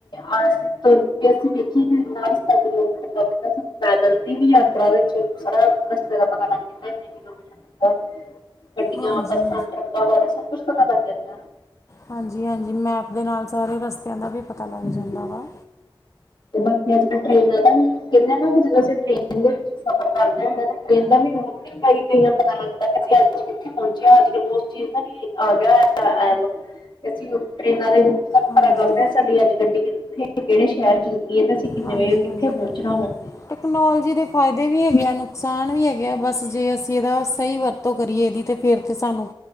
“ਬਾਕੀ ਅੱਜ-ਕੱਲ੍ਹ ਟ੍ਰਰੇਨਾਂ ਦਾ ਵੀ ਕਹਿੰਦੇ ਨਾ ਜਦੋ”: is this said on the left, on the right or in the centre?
Left